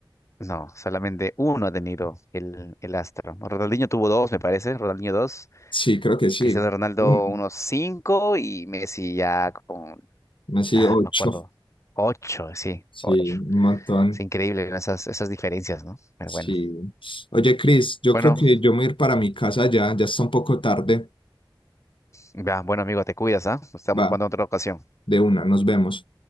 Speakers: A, on the left (about 35°); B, on the left (about 75°).
A: No, solamente uno ha tenido el, el astro. Ronaldinho tuvo dos, me parece. Ronaldinho dos.
B: sí, creo que sí,
A: Cristiano Ronaldo
B: uno,
A: unos cinco y Messi ya con,
B: así
A: ah,
B: ocho,
A: me acuerdo, ocho, sí,
B: sí,
A: ocho.
B: un montón.
A: Es increíble ¿no? esas, esas diferencias, ¿no? Pero
B: Sí.
A: bueno.
B: Oye, Cris, yo
A: Bueno,
B: creo que yo me voy a ir para mi casa ya, ya está un poco tarde.
A: ya, bueno amigo, te cuidas, ¿ah? Estamos
B: Va,
A: jugando en otra ocasión.
B: de una, nos vemos.